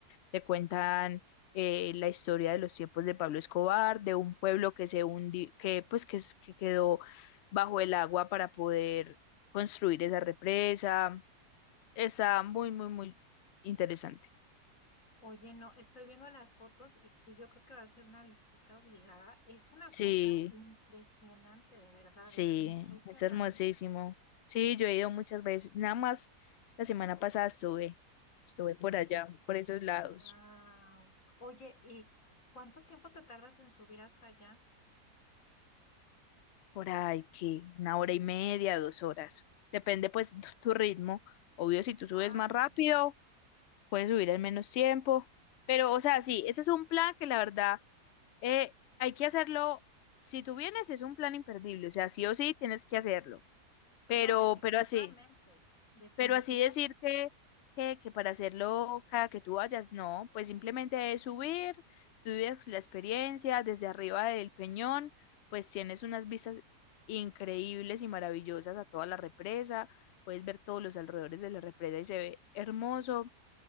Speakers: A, on the left; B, on the left.
A: te cuentan eh, la historia de los tiempos de Pablo Escobar, de un pueblo que se hundi, que pues que, es- que quedó bajo el agua para poder construir esa represa. Está muy, muy, muy interesante.
B: Oye, no, estoy viendo las fotos y sí, yo creo que va a ser una visita obligada. Es una cosa
A: Sí,
B: impresionante, de verdad,
A: sí,
B: ¿eh? Impresionante.
A: es hermosísimo. Sí, yo he ido muchas veces, nada más la semana pasada estuve, estuve por allá, por esos lados.
B: Wow. Oye, ¿y cuánto tiempo te tardas en subir hasta allá?
A: Por ahí que una hora y media, dos horas. Depende pues <laughs> tu, tu ritmo. Obvio, si tú subes
B: Ay,
A: más
B: no.
A: rápido, puedes subir en menos tiempo. Pero, o sea, sí, ese es un plan que la verdad eh, hay que hacerlo. Si tú vienes, es un plan imperdible. O sea, sí o sí tienes que hacerlo. Pero,
B: No, definitivamente,
A: pero así.
B: definitivamente.
A: Pero así decir que, que, que para hacerlo cada que tú vayas, no, pues simplemente es subir, tú vives la experiencia desde arriba del Peñón, pues tienes unas vistas increíbles y maravillosas a toda la represa, puedes ver todos los alrededores de la represa y se ve hermoso.